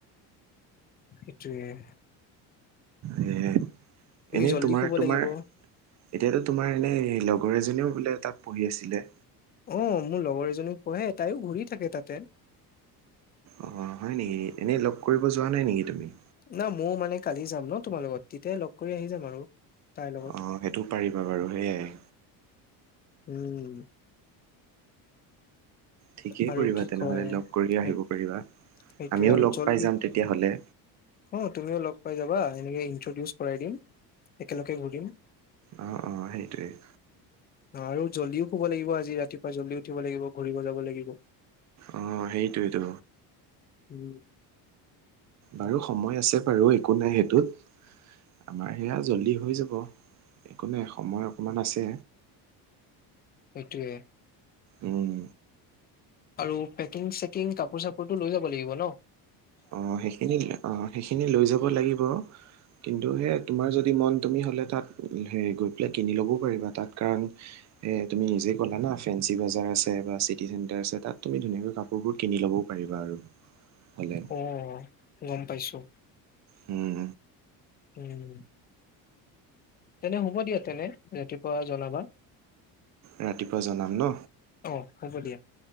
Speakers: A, on the left; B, on the right.
A: সেইটোৱে।
B: এ এনেই
A: জল্দি
B: তোমাৰ
A: শুব
B: তোমাৰ
A: লাগিব
B: এতিয়াতো তোমাৰ এনেই লগৰ এজনীও বোলে তাত পঢ়ি আছিলে।
A: অঁ মোৰ লগৰ এজনীও পঢ়ে তাইও ঘূৰি থাকে তাতে।
B: অঁ হয় নেকি? এনেই লগ কৰিব যোৱা নাই নেকি তুমি?
A: না ময়ো মানে কালি যাম ন তোমাৰ লগত তেতিয়াই লগ কৰি আহি যাম আৰু। তাইৰ লগত
B: অঁ সেইটো পাৰিবা বাৰু সেইয়াই।
A: উম।
B: ঠিকেই
A: আৰু
B: কৰিবা
A: কি
B: তেনেহ'লে
A: কয়
B: লগ কৰি
A: সেই-
B: আহিব পাৰিবা
A: সেইটোৱে
B: আমিও
A: আৰু
B: লগ
A: জল্দি
B: পাই যাম তেতিয়াহ'লে।
A: অ', তুমিও লগ পাই যাবা এনেকে ইনট্ৰডিউচ কৰাই দিম, একেলগে ঘূৰিম।
B: অহ, অ', সেইটোৱেই।
A: আৰু জল্দিও খব লাগিব আজি ৰাতিপুৱা জলিও উঠিব লাগিব ঘূৰিব যাব লাগিব।
B: অহ, সেইটোৱেইটো।
A: উম
B: বাৰু সময় আছে বাৰু একো নাই সেইটোত আমাৰ সেয়া জল্দি হৈ যাব। একো নাই সময় অকণমান আছে।
A: সেইটোৱে।
B: উম।
A: আৰু পেকিং চে কাপোৰ চাপোৰটো লৈ যাব লাগিব। হেল্ল'।
B: অ', সেইখিনি অ', সেইখিনি লৈ যাব লাগিব। কিন্তু সেই তোমাৰ যদি মন তুমি হ'লে তাত হে গৈ পেলাই কিনি ল'বও পাৰিবা তাত কাৰণ তুমি নিজে ক'লা না ফেঞ্চি বজাৰ আছে বা চিটি চেণ্টাৰ আছোত তুমি ধুনীয়া কাপোৰবোৰ কিনি ল'বও পাৰিবা আৰু। হ'লে
A: অ'। গম পাইছো।
B: হম।
A: উম, তেনে হ'ব দিয়া তেনে ৰাতিপুৱা জনাবা।
B: ৰাতিপুৱা জনাম ন'
A: অ হ'ব দিয়া